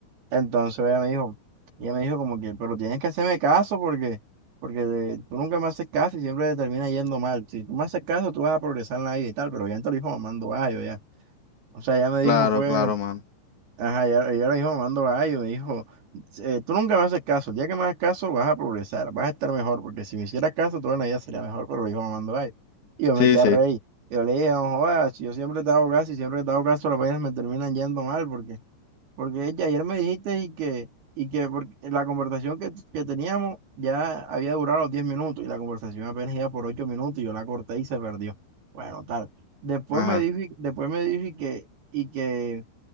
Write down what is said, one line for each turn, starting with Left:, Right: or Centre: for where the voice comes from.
Right: Entonces ella me dijo, ella me dijo como que, pero tienes que hacerme caso porque, porque de- tú nunca me haces caso y siempre te termina yendo mal. Si tú me haces caso, tú vas a progresar en la vida y tal, pero ya te lo dijo mamando gallo ya. O sea, ella me
Left: claro,
Right: dijo fue.
Left: claro, mano.
Right: Ajá, ella, ella le dijo mando gallo, me dijo, "Eh, tú nunca me haces caso, el día que me hagas caso vas a progresar, vas a estar mejor, porque si me hicieras caso, toda la vida sería mejor, pero le dijo mamando gallo. Y yo me
Left: Sí,
Right: eché a
Left: sí,
Right: reír. Yo le dije, no jodas, si yo siempre te hago caso y siempre te hago caso, las vainas me terminan yendo mal, porque, porque ya ayer me dijiste y que, y que por- la conversación que, que teníamos ya había durado los 10 minutos y la conversación apenas iba por 8 minutos y yo la corté y se perdió. Bueno, tal. Después
Left: ajá,
Right: me dijo, y- después me dijo y que, y que